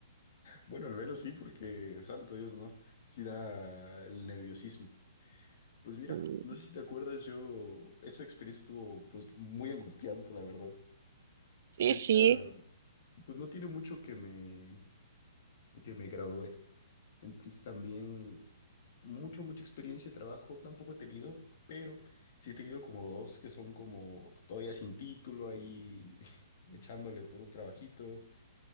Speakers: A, on the left; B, on the right.
A: Bueno, al menos sí, porque santo Dios, ¿no? Sí da el nerviosismo. Pues mira,
B: Mm,
A: no sé si te acuerdas, yo, esa experiencia estuvo pues muy angustiante, la verdad.
B: Sí,
A: Yo ahorita,
B: sí.
A: pues no tiene mucho que me, que me gradué. Entonces también mucho, mucha experiencia de trabajo tampoco he tenido, pero sí he tenido como dos que son como todavía sin título ahí <laughs> echándole por un trabajito.